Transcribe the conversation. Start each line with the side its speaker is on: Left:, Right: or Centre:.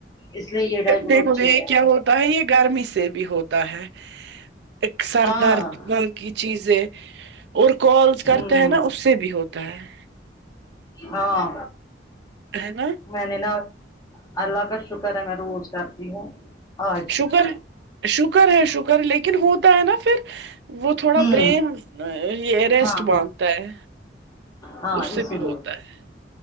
Left: اس لیے یہ ڈا گنو
Right: دیکھو
Left: ٹھیک
Right: یہ
Left: ہے
Right: کیا ہوتا ہے یہ گرمی سے بھی ہوتا ہے ایک سر
Left: ہاں
Right: درد مل کی چیزیں اور کالز کرتے
Left: ہوں
Right: ہے نا اس سے بھی ہوتا ہے
Left: ہاں
Right: ہیں نا
Left: میں نے نا اللہ کا شکر ہے میں روز کرتی ہوں آج
Right: شکر
Left: بھی کیا
Right: ہے شکر ہے شکر لیکن ہوتا ہے نا پھر وہ
Left: ہوں
Right: تھوڑا برین ریسٹ
Left: ہاں ہاں
Right: مانگتا ہے
Left: ہاں
Right: اس سے
Left: اسی
Right: بھی
Left: لیے
Right: ہوتا ہے